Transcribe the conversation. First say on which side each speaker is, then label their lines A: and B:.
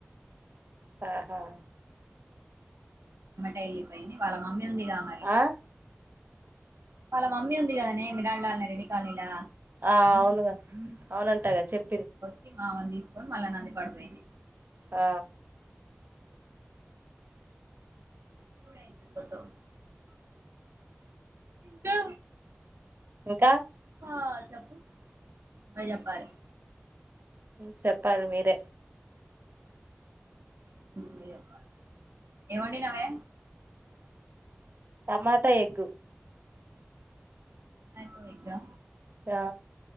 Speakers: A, on the right (about 50°); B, on the right (about 80°).
A: ఆహా
B: అమ్మట ఎళ్ళిపెయింది వాళ్ళ మమ్మీ వుంది గా మరి
A: ఆ
B: వాళ్ళ మమ్మీ ఉంది గద నే మిరాళ లాల్ నా రెడ్డి కాలనీలా
A: ఆ అవునుగా అవునంటగా చెప్
B: వొచ్చిం ఆమని దీసుకొని మళ్ళా నంది పడిపోయింది
A: ఆ
B: <unintelligible> ఇంకా
A: ఇంకా
B: హా చెప్పు నువ్వే జెప్పాలి
A: ఉమ్ చెప్పాలి మీరే
B: ఏం నువ్వే జెప్పాలి ఏం వొండినావే
A: టమాటా ఎగ్గు
B: టమేటో ఎగ్గా
A: యా